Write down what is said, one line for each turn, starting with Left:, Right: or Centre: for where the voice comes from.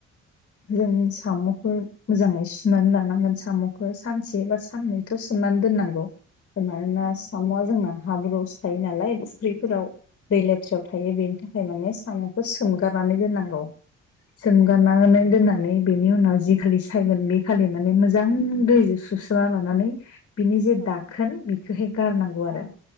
Left: जों साम'खो मोजाङै सुनानै लानांगोन साम'खौ सानसे बा साननैथ' सोमनानै दोननांगौ मानोना
Right: औ
Left: साम'वा जोंना हाब्रुआवसो थायो नालाय फुख्रिफोराव दै लेथ्रायाव थायो बेनि थाखाय माने साम'खौ सोमगारनानै दोननांगौ सोमगारना
Right: औ
Left: दोननानै बेनि उनाव जि खालि सायगोन बे खालि माने मोजां दैजों सुस्राना लानानै बिनि जे
Right: औ
Left: दाखोन बिखोहाय गारनांगौ
Right: औ
Left: आरो